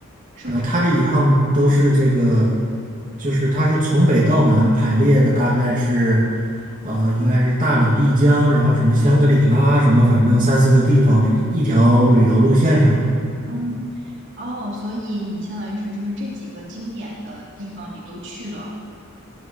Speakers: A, on the right (about 60°); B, on the right (about 40°).
A: 是不是？
B: 然后他这一趟都是这个，就是他是从北到南排列的，大概是，呃，应该是大理、丽江，然后什么香格里拉，什么反正三四个地方是一条旅游路线上。
A: 嗯，哦，所以你相当于是就是这几个经典的地方你都去了。